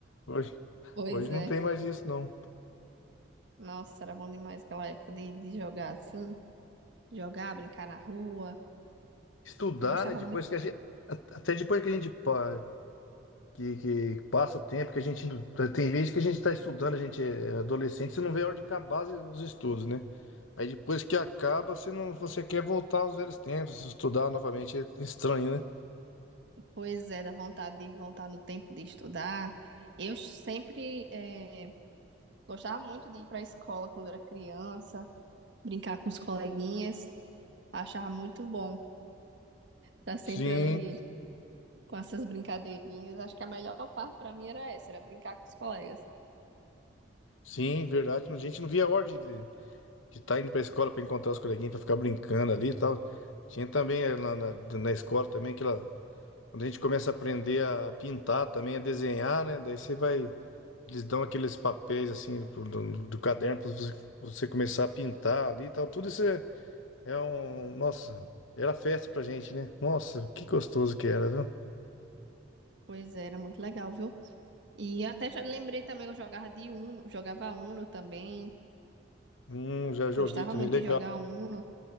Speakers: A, on the left (about 80°); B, on the right (about 65°).
A: Hoje,
B: Pois
A: hoje
B: é.
A: não tem mais isso, não.
B: Nossa, era bom demais aquela época de, de jogar assim, jogar, brincar na rua.
A: Estudar,
B: Gostava
A: né? Depois
B: muito,
A: que a gente. Até depois que a gente pa- que, que passa o tempo, que a gente. Tem vezes que a gente está estudando, a gente é adolescente, você não vê a hora de acabar os estudos, né? Aí depois que acaba, você não, você quer voltar aos velhos tempos, estudar novamente é estranho, né?
B: pois é, da vontade de voltar no tempo de estudar. Eu sempre eh, gostava muito de ir para a escola quando era criança, brincar com os coleguinhas, achava muito bom. Tá sempre
A: Sim,
B: ali com essas brincadeirinhas. Acho que a melhor parte pra mim era essa, era brincar com os colegas.
A: Sim, verdade. A gente não via a hora de de estar indo para a escola para encontrar os coleguinhas, para ficar brincando ali e tal. Tinha também eh, na, na, na escola também aquela. Quando a gente começa a aprender a pintar também, a desenhar, né? Daí você vai. Eles dão aqueles papéis assim pro- do, do caderno para você, você começar a pintar ali e tal. Tudo isso é, é um. Nossa, era festa pra gente, né? Nossa, que gostoso que era, viu?
B: Pois é, era muito legal, viu? E até já lembrei também que eu jogava de Uno, jogava Uno também.
A: Hum, já
B: Gostava
A: joguei também,
B: muito
A: legal.
B: de jogar Uno,